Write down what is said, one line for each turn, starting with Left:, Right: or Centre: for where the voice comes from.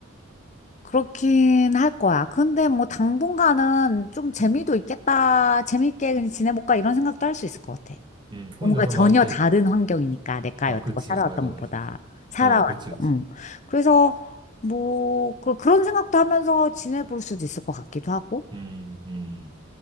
Left: 그렇긴 할 거야. 근데 뭐 당분간은 좀 재미도
Right: 음.
Left: 있겠다. 재밌게 그냥 지내볼까 이런 생각도 할 수 있을 것 같아.
Right: 음,
Left: 뭔가
Right: 혼자서
Left: 전혀
Right: 막 이렇게,
Left: 다른 환경이니까 내가
Right: 어,
Left: 여태껏
Right: 그치.
Left: 살아왔던
Right: 맞아,
Left: 것보다
Right: 맞아.
Left: 살아왔죠.
Right: 어, 그렇지, 그렇지.
Left: 응. 그래서 뭐 그, 그런 생각도 하면서 지내볼 수도 있을 것 같기도 하고.
Right: 음, 음,